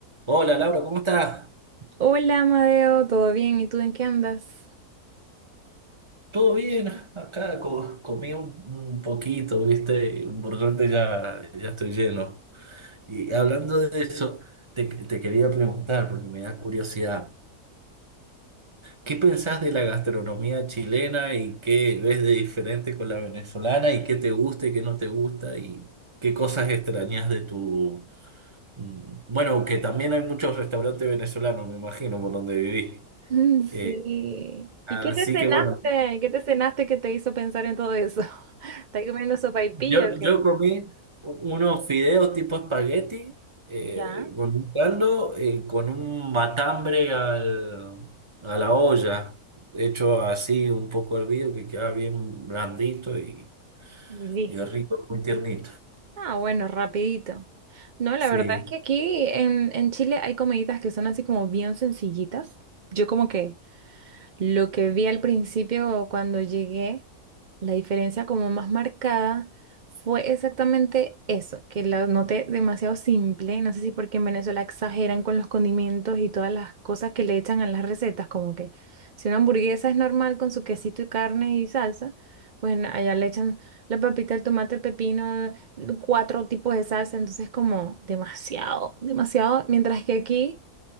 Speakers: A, on the right (about 20°); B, on the right (about 75°).
A: Hola Laura, ¿cómo estás?
B: Hola, Amadeo, ¿todo bien? ¿Y tú en qué andas?
A: ¿Todo bien? Acá co- comí un, un poquito, ¿viste? Y Por suerte ya, ya estoy lleno. Y hablando de eso, te, te quería preguntar, porque me da curiosidad, ¿qué pensás de la gastronomía chilena y qué ves de diferente con la venezolana y qué te gusta y qué no te gusta y qué cosas extrañas de tu... mm, Bueno, que también hay muchos restaurantes venezolanos, me imagino, por donde viví.
B: Mm, <laughs>
A: Eh,
B: Sí.
A: así
B: ¿Y qué te cenaste?
A: que bueno,
B: ¿Qué te cenaste que te hizo pensar en todo eso? <laughs> ¿Estás comiendo sopaipilla
A: Yo,
B: o qué?
A: yo comí unos fideos tipo espagueti eh,
B: Ya,
A: con un caldo, eh, con un matambre al- a la olla, hecho así un poco hervido, que queda bien blandito y,
B: y listo.
A: y es rico, muy tiernito.
B: Ah, bueno, rapidito. No, la
A: Sí.
B: verdad es que aquí en, en Chile hay comiditas que son así como bien sencillitas. Yo como que Lo que vi al principio cuando llegué, la diferencia como más marcada fue exactamente eso, que lo noté demasiado simple. No sé si porque en Venezuela exageran con los condimentos y todas las cosas que le echan a las recetas, como que si una hamburguesa es normal con su quesito y carne y salsa, pues en- allá le echan la papita, el tomate, el pepino, cuatro tipos de salsa, entonces como demasiado, demasiado, mientras que aquí...